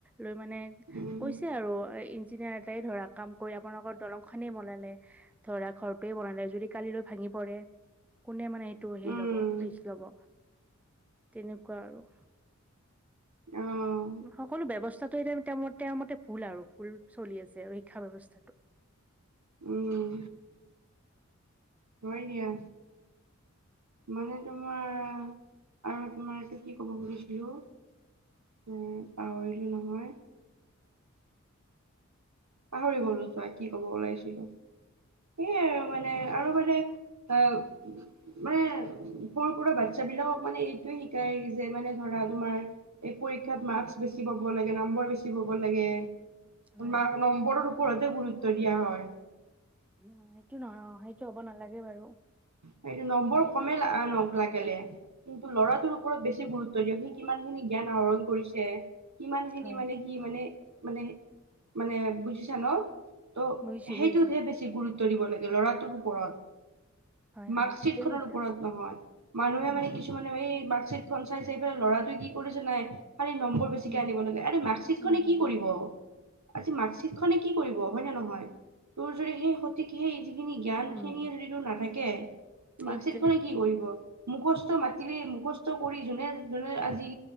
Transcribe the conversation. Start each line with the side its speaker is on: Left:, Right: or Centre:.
Centre: লৈ মানে,
Right: উম
Centre: কৈছে আৰু ইঞ্জিনিয়াৰ এটাই ধৰা, কাম কৰি আপোনালোকৰ দলং খনেই বনালে। ধৰা, ঘৰটোৱে বনালে, যদি কালিলৈ ভাঙি পৰে। কোনে মানে, টো হেই
Right: উম
Centre: ল'ব, ৰিক্স ল'ব, তেনেকুৱা আৰু।
Right: অ'!
Centre: সকলো ব্যৱস্থাটো এতিয়া, তেওঁৰ মতে, তেওঁৰ মতে, ভুল আৰু ভুল চলি আছে আৰু শিক্ষা ব্যৱস্থাটো।
Right: উম, হয় দিয়া! মানে, তোমাৰ আৰু তোমাৰ, এইটো কি ক'ব খুজিছিলোঁ! উম, পাহৰিলোঁ নহয়। পাহৰি গলোঁ
Centre: অ
Right: যোৱা, কি কব ওলাইছিলোঁ। সেইয়াই আৰু মানে আৰু মানে, অ'! মানে, সৰু-সুৰা বাচ্ছা বিলাকক মানে, এইটোৱে শিকাই যে, মানে ধৰা তোমাৰ, এই পৰীক্ষাত মাৰ্ক্স বেছি পাব লাগে, নম্বৰ বেছি পাব লাগে।
Centre: হয়
Right: মা নম্বৰৰ ওপৰতে, গুৰুত্ব দিয়া হয়।
Centre: উম, সেইটো নহয় অ'! সেইটো হ'ব নালাগে বাৰু।
Right: সেইটো, নম্বৰ কমেই <unintelligible> নহওঁক লাগিলে। কিন্তু, ল'ৰাটোৰ ওপৰত বেছি গুৰুত্ব দিয়ক। সি কিমান খিনি জ্ঞান আহৰণ কৰিছে। কিমান খিনি
Centre: হয়
Right: মানে, সি মানে, মানে, মানে, বুজিছা ন'? ত'
Centre: বুজিছো
Right: সেইটোতহে
Centre: বুজিছো
Right: বেছি গুৰুত্ব দিব লাগে, ল'ৰাটোৰ ওপৰত।
Centre: হয়
Right: মাৰ্ক্সচিট
Centre: হয় ঠিকে
Right: খনৰ
Centre: কৈছে
Right: ওপৰত নহয়। মানুহে
Centre: নহয়
Right: মানে, কিছুমানে,
Centre: নহয়
Right: এই, মাৰ্ক্সচিট খন চাইছে, এইফালে ল'ৰাটোৱে কি কৰিছে, নাই। খালি নম্বৰ বেছিকে
Centre: উম
Right: আনিব লাগে! আৰে মাৰ্ক্সচিট
Centre: উম
Right: খনে
Centre: উম
Right: কি কৰিব। আজি, মাৰ্কশ্বিট খনে কি কৰিব! হয়নে নহয়? তোৰ যদি, সেই সঠিক, সেই যিখিনি, জ্ঞান
Centre: উম
Right: খিনিয়ে যদি তোৰ নাথাকে।
Centre: সেইটোৱে
Right: মাৰ্কশিট খনে কি কৰিব। মুখস্থ মাতিলে, মুখস্থ কৰি যোনে, যোনে আজি